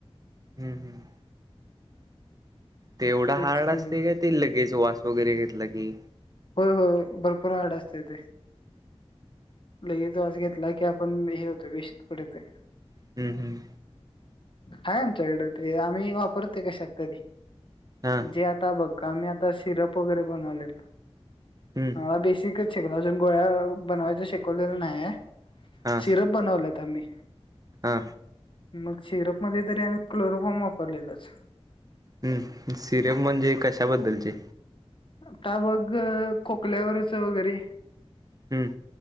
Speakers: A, on the right (about 35°); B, on the left (about 55°).
A: हम्म हम्म. ते एवढा
B: तेच
A: हार्ड
B: क्लोरोफॉर्म
A: असतय की ते लगेच वास वगैरे घेतला की
B: हो हो भरपूर हार्ड अस ते ते लगेच वास घेतला की आपण हे हो ते बेशुद्ध पडतोय.
A: हम्म हम्म
B: हाय आमच्याकडं ते आम्ही वापरतोय कशात तरी
A: हा
B: जे आता बघ आम्ही आता सिरप वगैरे बनवलेत
A: हम्म
B: अ बेसी शिकल अजून गोळ्या बनवायच शिकवलेलं नाहीयाय.
A: हा
B: सिरप बनवल्यात आम्ही.
A: हा
B: मग शीरफ मध्ये जरी आम्ही क्लोरोफॉर्म वापरल्यालोच.
A: हम्म सिरप म्हणजे कशाबद्दलचे?
B: आता बघ खोकल्यावरच वगैरे.
A: हम्म.